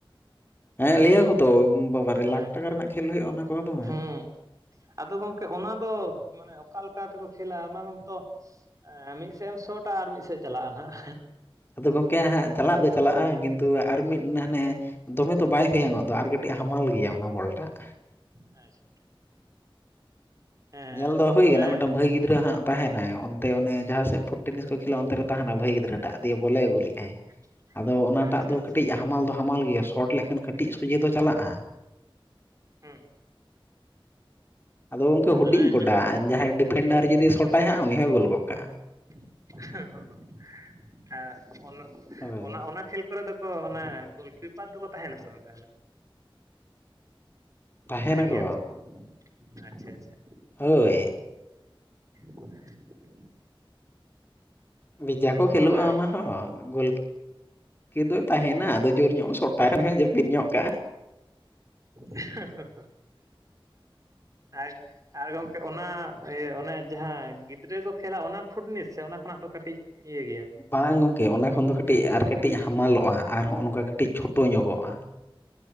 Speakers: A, on the left (about 25°); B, on the right (about 35°).
A: ᱾ ᱦᱮᱸ, ᱞᱟᱹᱭ ᱟᱠᱚ ᱛᱚ ᱵᱟᱵᱟᱨᱮ
B: ᱦᱮᱸ
A: ᱞᱟᱠᱷ ᱴᱟᱠᱟ ᱨᱮᱱᱟᱜ ᱠᱷᱮᱞ ᱦᱩᱭᱩᱜ-ᱟ ᱚᱱᱟ ᱠᱚᱦᱚᱸ ᱫᱚᱢᱮ᱾
B: ᱦᱮᱸ ᱟᱫᱚ ᱜᱚᱝᱠᱮ ᱚᱱᱟ ᱫᱚ ᱢᱟᱱᱮ ᱚᱠᱟ ᱞᱮᱠᱟ ᱛᱮᱠᱚ ᱠᱷᱮᱞᱟ ᱚᱱᱟ ᱫᱚ ᱱᱤᱛᱚᱜ ᱢᱤᱫᱥᱮᱫ ᱮᱢ ᱥᱚᱴᱟ ᱟᱨ ᱢᱤᱫᱥᱮᱫ ᱪᱟᱞᱟᱜ-ᱟ ᱱᱟᱦᱜ᱾
A: ᱟᱫᱚ ᱜᱚᱝᱠᱮ ᱦᱟᱸᱜ ᱪᱟᱞᱟᱜ ᱫᱚ ᱪᱟᱞᱟᱜᱼᱟ, ᱠᱤᱱᱛᱩ ᱟᱨ ᱢᱤᱫ ᱦᱟᱱᱮ ᱫᱚᱢᱮ ᱫᱚ ᱵᱟᱭ ᱦᱚᱭᱚᱝᱚᱜ ᱫᱚ ᱟᱨ ᱠᱟᱹᱴᱤᱡ ᱦᱟᱢᱟᱞ ᱜᱮᱭᱟ ᱚᱱᱟ ᱵᱚᱞᱴᱟᱜ᱾
B: ᱟᱪᱪᱷᱟ᱾ ᱮᱸ
A: ᱧᱮᱞ ᱫᱚ ᱦᱩᱭ
B: ᱚᱱᱮ
A: ᱠᱟᱱᱟ᱾ ᱢᱤᱫᱴᱟᱝ ᱵᱷᱟᱹᱭ ᱜᱤᱫᱽᱨᱟᱹ ᱦᱟᱸᱜ ᱛᱟᱦᱮᱱᱟᱭ ᱚᱱᱛᱮ ᱚᱱᱮ ᱡᱟᱦᱟᱸ ᱥᱮᱫ ᱯᱷᱩᱴ ᱛᱟᱦᱮᱸ ᱱᱟᱭ ᱚᱱᱛᱮ ᱚᱱᱮ ᱡᱟᱦᱟᱸ, ᱥᱮᱫ ᱯᱷᱩᱴ ᱴᱮᱱᱤᱥ ᱠᱚ ᱠᱷᱮᱞᱟ-ᱟ ᱚᱱᱛᱮᱨᱮ ᱛᱟᱦᱮᱱᱟ ᱵᱷᱟᱹᱭ ᱜᱤᱫᱽᱨᱟᱹᱪ ᱴᱟᱜ ᱫᱤᱭᱮ ᱵᱚᱞᱮ ᱟᱹᱜᱩᱞ ᱞᱮᱫᱼᱟᱭ
B: <inaudible>
A: ᱾ ᱟᱫᱚ ᱚᱱᱟᱴᱟᱜ
B: ᱟᱪᱪᱷᱟ
A: ᱫᱚ
B: ᱟᱪᱪᱷᱟ
A: ᱠᱟᱹᱴᱤᱡ ᱦᱟᱢᱟᱞ ᱫᱚ ᱦᱟᱢᱟᱞ ᱜᱮᱭᱟ, ᱥᱚᱴ ᱞᱮᱠᱷᱟᱱ ᱠᱟᱹᱴᱤᱡ ᱥᱚᱡᱷᱮ ᱫᱚ ᱪᱟᱞᱟᱜ-ᱟ ᱾
B: ᱦᱩᱸ ᱾
A: ᱟᱫᱚ ᱜᱚᱝᱠᱮ ᱦᱩᱰᱤᱧ
B: ᱚᱱᱮ
A: ᱜᱚᱰᱟ
B: ᱡᱟᱦᱟᱸ
A: ᱾ ᱡᱟᱦᱟᱸᱭ ᱰᱤᱯᱷᱮᱱᱰᱟᱨ ᱡᱩᱫᱤ ᱥᱚᱴᱟᱭ ᱦᱟᱸᱜ, ᱩᱱᱤ ᱦᱚᱸᱭ ᱜᱳᱞ ᱜᱚᱫ ᱠᱟᱜ-ᱟ ᱾
B: ᱦᱮ ᱦᱮ ᱦᱩᱸ ᱦᱮ ᱦᱮᱸ, ᱚᱱᱟ
A: ᱦᱳᱭ
B: ᱚᱱᱟ ᱚᱱᱟ ᱠᱷᱮᱞ ᱚᱱᱟ ᱠᱚᱨᱮ ᱫᱚᱠᱚ ᱚᱱᱮ ᱜᱳᱞᱠᱤᱯᱟᱨ ᱫᱚᱠᱚ ᱛᱟᱦᱮᱸᱱᱟ ᱥᱮ ᱵᱟᱝ ᱛᱟᱦᱚᱞᱮ?
A: ᱛᱟᱦᱮᱱᱟᱠᱚ
B: ᱛᱟᱦᱮᱸᱱ ᱜᱮᱭᱟ ᱠᱚ᱾ ᱟᱪᱪᱷᱟ ᱟᱪᱪᱷᱟ ᱾
A: ᱦᱳᱭ ᱾
B: <inaudible>
A: ᱵᱷᱮᱡᱟ ᱠᱚ ᱠᱷᱮᱞᱳᱜᱼᱟ
B: ᱟᱨ
A: ᱚᱱᱟ ᱦᱚᱸ, ᱜᱳᱞᱠᱤ ᱫᱚᱭ ᱛᱟᱦᱮᱱᱟ, ᱟᱫᱚ ᱡᱳᱨ ᱧᱚᱜ ᱥᱚᱴ ᱴᱟᱨᱟᱱ ᱦᱚᱭ ᱡᱟᱯᱤᱫ ᱧᱚᱜ ᱠᱟᱜ-ᱟ ᱾
B: ᱦᱮ ᱦᱮ ᱦᱮ ᱦᱟ᱾ ᱟᱡ ᱟᱨ ᱜᱚᱝᱠᱮ ᱚᱱᱟ ᱤᱭᱟᱹ ᱚᱱᱮ ᱡᱟᱦᱟᱸ ᱜᱤᱫᱽᱨᱟᱹ ᱠᱚ ᱠᱷᱮᱞᱟ ᱚᱱᱟ ᱯᱷᱩᱴᱱᱤᱥ ᱥᱮ, ᱚᱱᱟ ᱠᱷᱚᱱᱟᱜ ᱫᱚ ᱠᱟᱹᱴᱤᱡ ᱤᱭᱟᱹ ᱜᱮᱭᱟ ᱾
A: ᱵᱟᱝ ᱜᱚᱝᱠᱮ ᱚᱱᱟ ᱠᱷᱚᱱ ᱫᱚ ᱠᱟᱹᱴᱤᱡ ᱟᱨ ᱠᱟᱹᱴᱤᱡ ᱦᱟᱢᱟᱞᱚᱜ-ᱟ ᱟᱨ ᱦᱚᱸᱜᱼᱱᱚᱝᱠᱟ ᱠᱟᱹᱴᱤᱡ ᱪᱷᱳᱴᱳ ᱧᱚᱜᱚᱜᱼᱟ ᱾